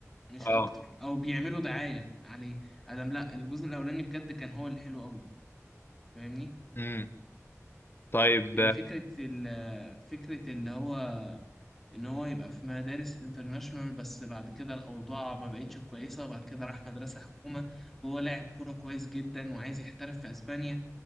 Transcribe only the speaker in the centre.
مش
اكتر او بيعملوا دعاية عليه ادم لا الجزء الاولاني بجد كان هو الحلو قوي فاهمني
يعني فكرة ال فكرة اللي هو إن هو يبقى في مدارس انترناشونال بس بعد كده الأوضاع ما بقتش كويسة وبعد كده راح مدرسة حكومة وهو لاعب كورة كويس جدا وعايز يحترف في أسبانيا